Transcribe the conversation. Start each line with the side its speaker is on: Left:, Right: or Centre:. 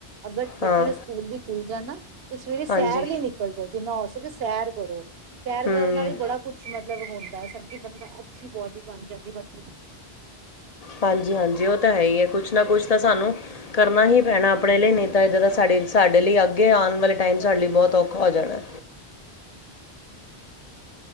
Right: ਅਗਰ ਬੱਚੇ
Left: ਹਾਂ
Right: ਦਾ ਸਕੂਲ ਵੀ ਖੁੱਲ ਜਾਣਾ ਤੇ ਸਵੇਰੇ
Left: ਹਾਂਜੀ
Right: ਸੈਰ ਲਈ ਨਿਕਲ ਜਾਓ, ਜਿੰਨਾ ਹੋ ਸਕੇ ਸੈਰ ਕਰੋ। ਸੈਰ
Left: ਹੂੰ
Right: ਕਰਨਾ ਵੀ ਬੜਾ ਕੁਝ ਮਤਲਬ ਹੁੰਦਾ ਚੰਗਾ ਬੰਦਾ ਅੱਛੀ ਬੋਡੀ ਬਣ ਜਾਂਦੀ ਬਲਕਿ
Left: ਹਾਂਜੀ ਹਾਂਜੀ ਉਹ ਤਾਂ ਹੈ ਹੀ ਐ। ਕੁਛ ਨਾਂ ਕੁਛ ਤਾਂ ਸਾਨੂੰ ਕਰਨਾ ਹੀ ਪੈਣਾ ਆਪਣੇ ਲਈ ਨਈਂ ਤਾਂ ਏਦਾਂ ਦਾ ਸਾਡੇ ਸਾਡੇ ਲਈ ਅੱਗੇ ਆਣ ਵਾਲੇ ਟਾਈਮ ਚ ਸਾਡੇ ਲਈ ਬਹੁਤ ਔਖਾ ਹੋ ਜਾਣਾ ਐ।